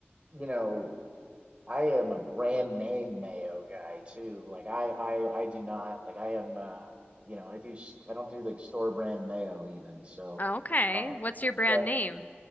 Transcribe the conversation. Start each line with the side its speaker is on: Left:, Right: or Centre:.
Right: you know I am a brand name mayo guy too. Like I I I do not like I am uh you know I do s- I don't do like store brand mayo even. So
Left: Okay.
Right: uh
Left: What's your brand
Right: but
Left: name?